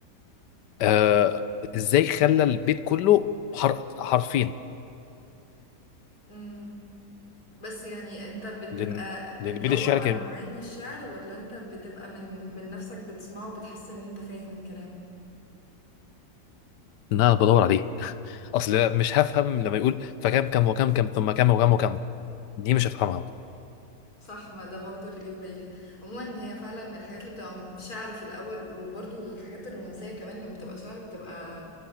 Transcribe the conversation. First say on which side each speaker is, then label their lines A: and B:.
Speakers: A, on the left; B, on the left.
A: آه ازاي خلى البيت كله حر... حرفين
B: امم بس يعني انت بتبقى
A: لان لان
B: بتدور
A: بيت الشعر
B: على
A: كان
B: معاني الشعر ولا انت بتبقى من من نفسك بتسمعه وبتحس ان انت فاهم الكلام
A: ان انا بدور عليه اصل مش هفهم لما يقول فكم كم وكم كم ثم كم وكم وكم دي مش هفهمها
B: صح ما ده برضو اللي جه في بالي عموما هي فعلا الحاجات اللي بتبقى شعر في الاول وبرضو الحاجات الرومانسيه كمان لما بتبقى شعر بتبقى